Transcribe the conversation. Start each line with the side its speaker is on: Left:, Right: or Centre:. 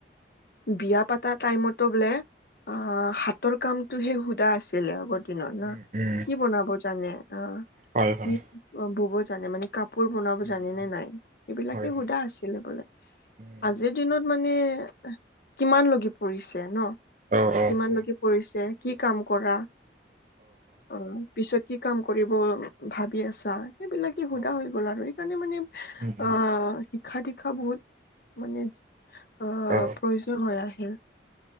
Left: বিয়া পাতা টাইমতো বোলে অ হাতৰ কামটোহে সোধা আছিলে আগত ত ন
Right: উম উম
Left: কি বনাব জানে অ
Right: হয় হয়
Left: কি বুব জানে মানে কাপ কাপোৰ বনাব
Right: উম
Left: জানিনে
Right: উম
Left: নাই এইবিলাকে
Right: হয় হয়
Left: সোধা আছিলে বোলে
Right: উম
Left: আজিৰ দিনত মানে কিমান লগি পৰিছে ন
Right: অ অ
Left: কিমান
Right: হয়
Left: লগি কৰিছে কি কাম কৰা অ পিছত কি কাম কৰিব ভাবি আছা সেইবিলাকে সোধা
Right: অ
Left: হৈ গ'ল আৰু সেইকাৰণে মানে
Right: উম উম
Left: আহ শিক্ষা দীক্ষা বহুত মানে আহ
Right: অ
Left: প্ৰয়োজন হৈ আহিল